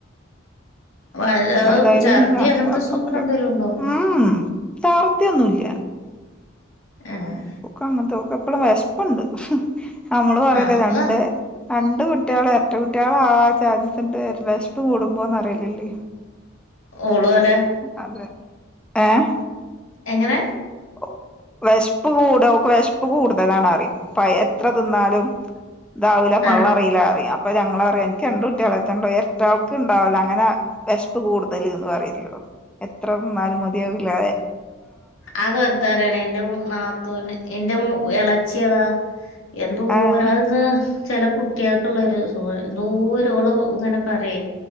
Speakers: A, on the left; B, in the centre.
A: വല്ലൊ
B: ഏതായാലും
A: ഛർദി
B: ഇനി കാണിച്ച
A: അങ്ങനത്തെ
B: കൊഴപ്പൊന്നുമില്ല
A: സൂക്കട് ന്തെലും ണ്ടോ
B: ഉം ഛർദിയൊന്നുമില്ല
A: ഏഹ്
B: ക്ക അങ്ങൻ ത്തെക് എപ്പളും വേഷ് പ്പ് ണ്ട് നമ്മള് പറയി
A: ആഹ്
B: ല്ലെ രണ്ട്
A: അത്
B: രണ്ട് കുട്ടികള് എരട്ട കുട്ടികളാൻ ചാൻസ്‌ണ്ട് വെശപ് കൂടുമ്പോന്നറിയാറിലില്ലെ
A: ഓള് പറയാ
B: അതെ ഏഹ്‌
A: എങ്ങനെ
B: ഓഹ് വെശപ് കൂടുതൽ ഓക് വേശപ് കൂടുതലാണറിയും പ എത്ര തിന്നാലും ഇതാവൂ ല്ല പള്ളറീ
A: ആഹ്
B: ല്ല അറിയാം പ്പൊ ഞങ്ങളറിയും ക്ക് രണ്ട് കുട്ടിയ ലെറ്റെ ണ്ടോ എർട്ട ക ൾക്ക്ണ്ടാവുല്ല ങ്ങനെ വെ ഷ്പ്പ് കൂടുതല്ന്ന് പറയിള്ളൂ എത്ര തിന്നാലും മതിയാവുല്ലാ
A: അത് വെറുതെപറണ് എൻറെ നാത്തൂന് എൻറെ ഇളച്ചിതാ എന്തോര
B: ആഹ്
A: അന് ചെല കുട്ടികൾക്കള്ളരു സ എന്തോരള് ഇങ്ങനെ പറയി